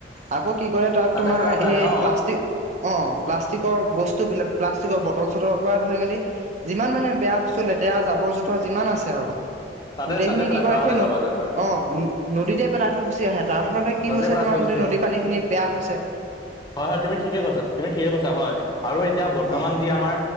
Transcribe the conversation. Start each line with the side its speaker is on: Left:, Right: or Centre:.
Right: আকৌ কি কৰে তাত
Left: তাতে
Right: তোমাৰ
Left: পেলাই থৈ আহে
Right: এই
Left: অ
Right: প্লাষ্টিক অ প্লাষ্টিকৰ বস্তু বিলাক প্লাষ্টিকৰ বটল চটলৰ পৰা ধৰি মেলি যিমান মানে বেয়া বস্তু লেতেৰা জাবৰ জোথৰ যিমান আছে আৰু
Left: তাতে
Right: গোটেইখিনি
Left: তাতে পেলাই
Right: কি কৰে
Left: থৈ অহা
Right: সেই
Left: দেখা
Right: ন
Left: পোৱা যায় হয়
Right: অ নদীতে পেলাই থৈ গুচি আহে তাৰ ফলতে কি
Left: নদীয়ে
Right: হৈছে
Left: পেলাই
Right: তোমাৰ
Left: থৈ গুচি
Right: গোটেই
Left: আহে
Right: নদীৰ পানীখিনি বেয়া হৈছে,
Left: হয় হয় তুমি ঠিকে কৈছা তুমি ঠিকে কৈছা হয় আৰু এতিয়া বৰ্তমান
Right: অ',
Left: যি আমাৰ